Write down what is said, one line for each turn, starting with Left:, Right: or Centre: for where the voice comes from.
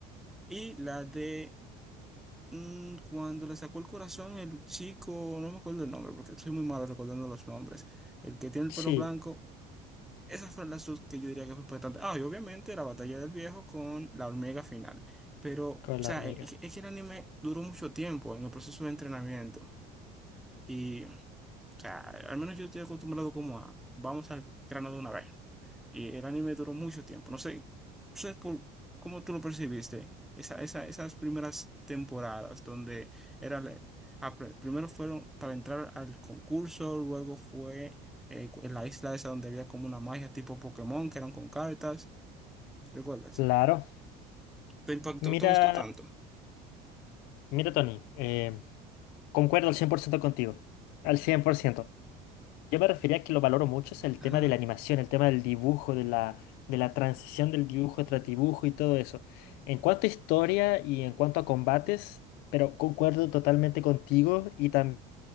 Centre: y la de Mm, Cuando le sacó el corazón el chico, no me acuerdo el nombre porque soy muy malo recordando los nombres, el que tiene el
Left: Sí,
Centre: pelo blanco, esas fueron las dos que yo diría que fue importante. Ah, y obviamente la batalla del viejo con la hormiga final. Pero, o
Left: con
Centre: sea,
Left: la hormiga.
Centre: e- es que, es que el anime duró mucho tiempo en el proceso de entrenamiento. Y, o sea, al menos yo estoy acostumbrado como a, vamos al grano de una vez. Y el anime duró mucho tiempo. No sé, no sé por cómo tú lo percibiste. Esa, esa- esas primeras temporadas donde era la- ah, pr- primero fueron para entrar al concurso, luego fue eh, en la isla esa donde había como una magia tipo Pokémon que eran con cartas. ¿Recuerdas?
Left: Claro.
Centre: ¿Te impactó?
Left: Mira,
Centre: ¿Te gustó tanto?
Left: mira, Tony, eh, concuerdo al 100% contigo. Al 100%. Yo me refería a que lo valoro mucho, es el tema
Centre: Ah.
Left: de la animación, el tema del dibujo, de la, de la transición del dibujo tras dibujo y todo eso. En cuanto a historia y en cuanto a combates, pero concuerdo totalmente contigo y también